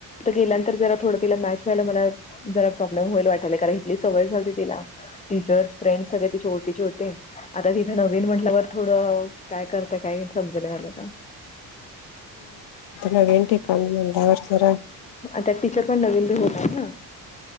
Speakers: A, on the left; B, on the left.
A: गेल्यानंतर जरा थोडं तिला मॅच व्हायला मला जरा प्रॉब्लेम होईल वाटाला करा इथली सवय झालते तिला टीचर्स फ्रेंडस सगळे तिची ओळखीचे होते आता तिथे नवीन म्हटल्यावर थोडं काय कर ता काय समजलं झाले ना
B: नवीन ठिकाण म्हटल्यावर
A: त्यात टीचर पण नवीन बी होत आहे ना